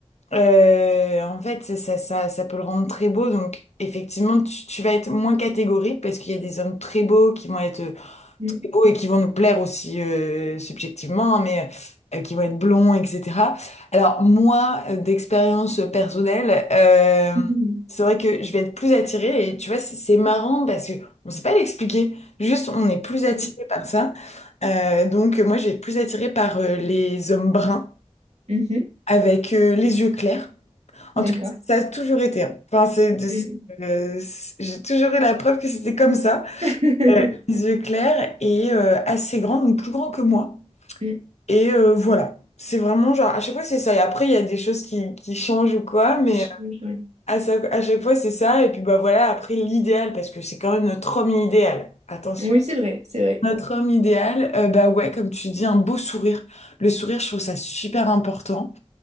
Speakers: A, on the left; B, on the right.
A: Euh, en fait, c'est- ça, ça, ça peut le rendre très beau. Donc, effectivement, tu, tu vas être moins catégorique parce qu'il y a des hommes très beaux qui vont être euh,
B: Mm.
A: très beaux et qui vont nous plaire aussi euh, subjectivement, hein, mais euh, qui vont être blonds, etc. Alors, moi, euh, d'expérience personnelle, euh,
B: Mm.
A: c'est vrai que je vais être plus attirée. Et tu vois, c'est c'est marrant parce que on sait pas l'expliquer. Juste, on est plus attiré
B: Mm.
A: par ça. Euh, donc, moi, je vais être plus attirée par euh, les hommes bruns
B: Mhm.
A: avec euh, les yeux clairs. En
B: D'accord.
A: tout cas, ça a toujours été. hein. Enfin, c'est de-
B: Mm.
A: euh, c'est- j'ai toujours eu la preuve que c'était comme ça.
B: <laughs>
A: Euh, les yeux clairs et euh, assez grand, donc plus grand que moi.
B: Mm.
A: Et euh, voilà. C'est vraiment genre, à chaque fois, c'est ça. Et après, il y a des choses qui, qui changent ou quoi, mais
B: Qui change,
A: euh,
B: ouais.
A: à, sa- à chaque fois, c'est ça. Et puis, bah voilà, après, l'idéal, parce que c'est quand même notre homme idéal. Attention.
B: Oui, c'est vrai, c'est vrai.
A: Notre homme idéal, euh, bah ouais, comme tu dis, un beau sourire. Le sourire, je trouve ça super important.